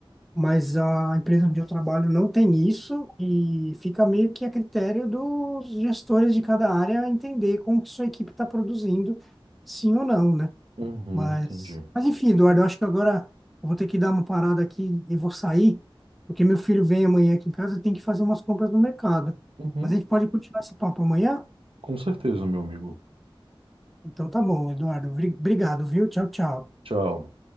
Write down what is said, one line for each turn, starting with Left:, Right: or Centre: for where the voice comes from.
Centre: Mas a empresa onde eu trabalho não tem isso e fica meio que a critério dos gestores de cada área entender como que sua equipe está produzindo, sim ou não, né?
Right: Uhum,
Centre: Mas,
Right: entendi.
Centre: mas enfim, Eduardo, eu acho que agora eu vou ter que dar uma parada aqui e vou sair, porque meu filho vem amanhã aqui em casa e tem que fazer umas compras no mercado.
Right: Uhum.
Centre: Mas a gente pode continuar esse papo amanhã?
Right: Com certeza, meu amigo.
Centre: Então tá bom, Eduardo. Obri- Obrigado, viu? Tchau, tchau.
Right: Tchau.